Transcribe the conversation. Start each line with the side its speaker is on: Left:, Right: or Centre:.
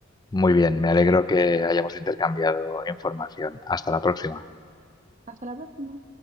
Left: Muy bien, me alegro que hayamos intercambiado información. Hasta la próxima.
Right: Hasta la próxima.